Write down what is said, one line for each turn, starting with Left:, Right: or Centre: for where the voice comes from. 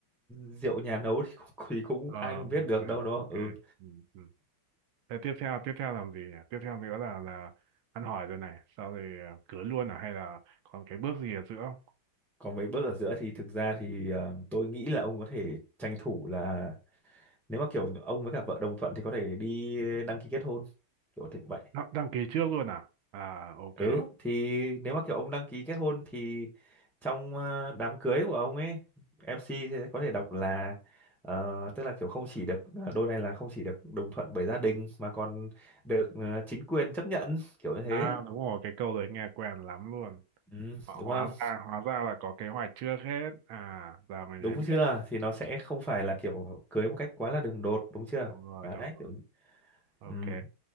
Centre: rượu nhà nấu thì <laughs> cũng, thì cũng
Right: ờ
Centre: ai mà
Right: ok
Centre: biết được đâu đúng
Right: ok
Centre: không ừ
Right: ừ, ừ. Thế tiếp theo tiếp theo làm gì nhỉ? Tiếp theo nữa là là ăn hỏi rồi này, sau rồi ờ, cưới luôn à hay là còn cái bước gì ở giữa không?
Centre: còn mấy bước ở giữa thì thực ra thì ờ, tôi nghĩ là ông có thể tranh thủ là nếu mà kiểu ông với cả vợ đồng thuận thì có thể đi đăng ký kết hôn kiểu thế vậy
Right: Đăng, đăng ký trước luôn à? À ok.
Centre: Ừ thì nếu mà kiểu ông đăng ký kết hôn thì trong ờ, đám cưới của ông ấy MC sẽ có thể đọc là ờ, tức là kiểu không chỉ được ờ, đôi này là không chỉ được đồng thuận bởi gia đình mà còn được ờ, chính quyền chấp nhận kiểu như thế.
Right: À đúng rồi, cái câu đấy nghe quen lắm luôn.
Centre: Ừ,
Right: Họ
Centre: đúng
Right: hóa
Centre: không?
Right: ra à, hóa ra là có kế hoạch trước hết. À giờ mình
Centre: Đúng
Right: mới biết.
Centre: chưa? Thì nó sẽ không phải là kiểu cưới một cách quá là đường đột đúng chưa?
Right: Đúng rồi,
Centre: Đấy
Right: đúng rồi.
Centre: kiểu
Right: Ok.
Centre: ừ